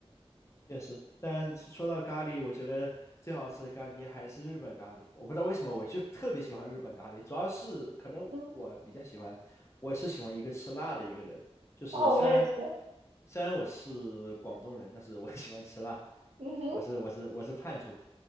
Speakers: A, on the left; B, on the right.
A: 确实，但是说到咖喱，我觉得最好吃的咖喱还是日本咖喱。我不知道为什么，我就特别喜欢日本咖喱，主要是可能我比较喜欢，
B: 嗯，
A: 我是喜欢一个吃辣的一个人。就是虽然
B: 哦，我也是。
A: 虽然我是广东人，但是我 <laughs> 喜欢吃辣，
B: 嗯哼。
A: 我是我是我是叛徒。